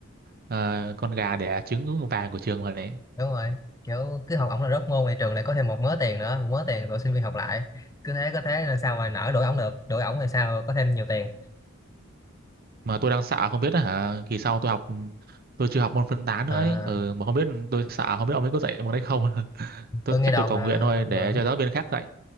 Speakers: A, on the right (about 45°); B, on the left (about 15°).
A: ờ, con gà đẻ trứng vàng của trường mà đấy
B: đúng rồi kiểu cứ học ổng là rớt môn thì trường lại có thêm một mớ tiền nữa một mớ tiền rồi sinh viên học lại cứ thế có thế là sao mà nỡ đuổi ổng được đuổi ổng thì sao có thêm nhiều tiền
A: mà tôi đang sợ không biết là hả kỳ sau tôi học tôi chưa học môn phân tán nữa
B: à,
A: ấy ừ, mà không biết tôi sợ không biết ông ấy có dạy môn đấy không <laughs> tôi
B: tôi nghe
A: chắc
B: đồn
A: tôi cầu
B: là
A: nguyện thôi để
B: ờ,
A: cho giáo viên khác dạy